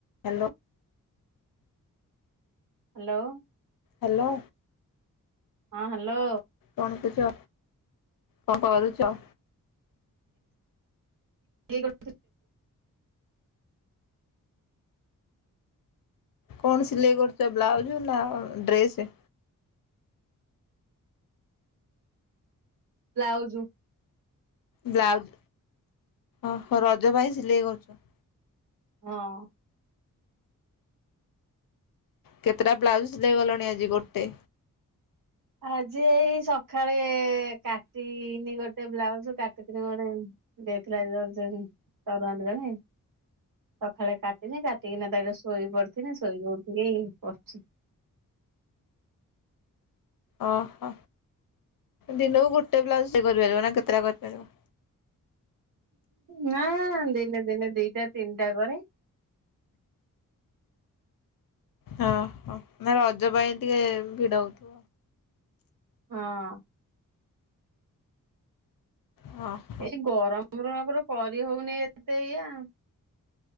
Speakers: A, on the left (about 90°); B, on the right (about 80°).
A: Hello.
B: Hello.
A: Hello.
B: ହଁ hello.
A: କଣ କୋଉଚ? କଁ କରୁଚ?
B: ଇଏ <inaudible>
A: କଣ ସିଲେଇ କରୁଚ ବ୍ଲାଉଜ୍ ନା ଡ୍ରେସେ?
B: ବ୍ଲାଉଜୁ।
A: ବ୍ଲାଉଜ୍ ଅହ ରଜ ପାଇଁ ସିଲେଇ କରୁଚ।
B: ହଁ।
A: କେତେଟା ବ୍ଲାଉଜ୍ ସିଲେଇ କଲଣି ଆଜି ଗୋଟେ?
B: ଆଜି ଏଇ ସଖାଳେ କାଟିନି ଗୋଟେ ବ୍ଲାଉଜ କାଟିିଥିନି ଗୋଟେ ଦେଇଥିଲା ଏଇ ରଜନୀ ତରୁହାଁରୁ ଜଣେ। ସଖାଳେ କାଟିିନି। କାଟିକିନା ତାକୁ ଶୋଇ ପଡିି଼ଥିନି। ଶୋଇକି ଉଠିକି କରୁଚି।
A: ଅହ ଦିନକୁ ଗୋଟେ ବ୍ଲାଉଜ ସିଲେଇ କରିପାରିବ ନା କେତେଟା କରିପାରିବ?
B: ନାଁ ଦିନେ ଦିନେ ଦିଟା ତିନିଟା କରେ।
A: ହଁ ହ ନାଁ ରଜ ପାଇଁ ଟିକେ ଭିଡ଼ ହଉଥୁବ।
B: ହଁ।
A: ହଁ।
B: ଏଇ ଗରମର ଆଖୁରୁ କରି ହଉନେଇ ଏତେ ଇଆ।